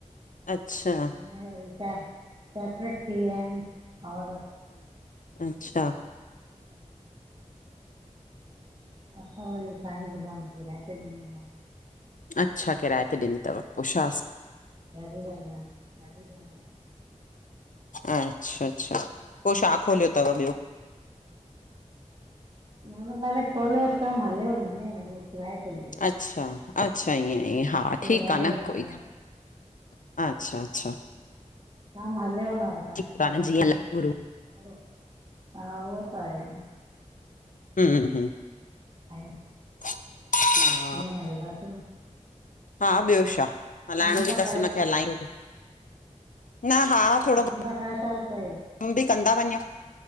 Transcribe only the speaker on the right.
हाणे वरी सेपरेट थी विया आहिनि भावर
हा ऐं असां वरी पांजी दुकान किराऐ ते ॾिनी आ।
ॾाढी रेहम आ ॾाढी रेहम आ।
न, न पहले खोलियोस कमु हलियो न त किराए त ॾेई छॾियो।
किरायो
ईंदो
आहे
ॼाम हल्यौ न असांजो
पड़ोसी
हा उ त आहे न,
<unintelligible>
इय हलंदासीं न।
कम था
कयो
छा
कम ता कयो शा त <unintelligible>